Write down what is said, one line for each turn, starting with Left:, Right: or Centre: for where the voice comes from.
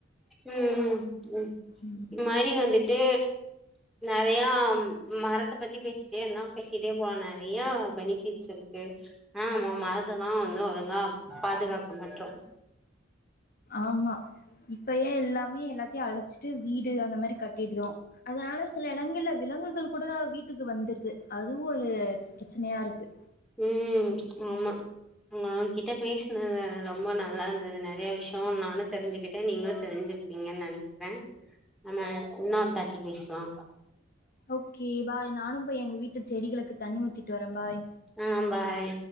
Centre: ம் ம் ம்
Left: ம்
Centre: இது மாரி வந்துட்டு நெறையா மரத்த பத்தி பேசிட்டே இருந்தா பேசிட்டே போலா நெறையா பெனிஃபிட்ஸ் இருக்கு ஆனா நம்ம மரத்த தா வந்து ஒழுங்கா பாதுகாக்க மாட்றோ
Left: ஆமா இப்பையே எல்லாமே எல்லாத்தையு அழு ச்சிட்டு வீடு அந்த மாரி கட்டிட்றோ அதனால சில எடங்கள்ல விலங்குகள் கூட வீட்டுக்கு வந்துருது அதுவு ஒரு பிரச்சனையா இருக்கு
Centre: ம் ஆமா நா உங்கிட்ட பேசுனது ரொம்ப நல்லா இருந்தது நெறைய விஷய நானு தெரிஞ்சுக்கிட்ட நீங்களு தெரிஞ்சி க்கிட்டிங்கனு நெனைக்கிறே நம்ம இன்னோருதாட்டி பேசலா
Left: ஓகே பாய் நானும் போய் எங்க வீட்டு செடிகளுக்கு தண்ணி ஊத்திட்டு வர பாய்
Centre: ஆ பாய்